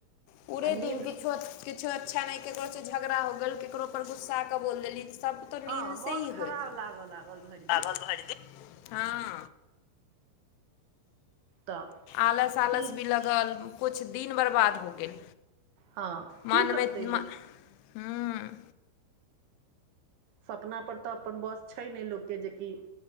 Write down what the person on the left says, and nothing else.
पूरे
दिन किछो अछ् किछो अच्छा नय ककरो से झगड़ा हो गेल केकरो पर गुस्सा के बोल देली सब तऽ नींद
सेही
होयत
हँ
आलस -आलस
भी लग ल कुछ दिन बर्बाद हो गेल।
मनमे
मन हूँ